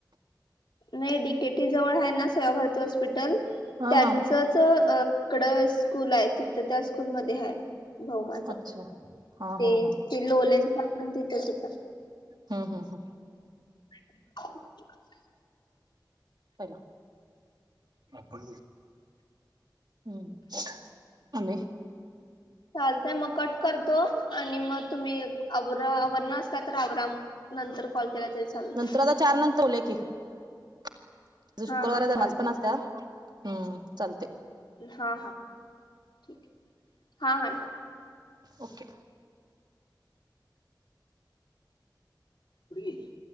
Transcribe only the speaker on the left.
नाही डीकेटी जवळ आहे ना, सेवाभारती हॉस्पिटल
त्यांच.
तच अ इड स्कूल आहे तिंथ त्या स्कूलमध्ये हाय. भाऊ माझा
ते
ते लोलेचा पण तिथेच होता.
<inaudible>
चालतय मग कट करतो आणि म तुम्ही आवरा आवरणा असला तर आवरा मग. नंतर
कॉल केला तरी चालत
हा
हा
चालते
हां, हां. ठीकये हां. हां. ठीक.
कुठं गेली?